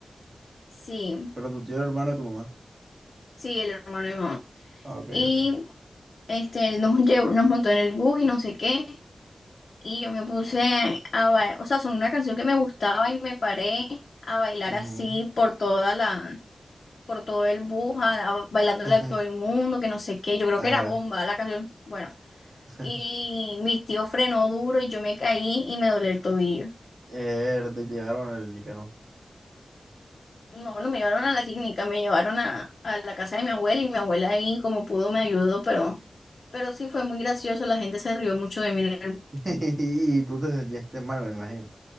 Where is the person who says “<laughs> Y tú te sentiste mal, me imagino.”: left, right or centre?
Right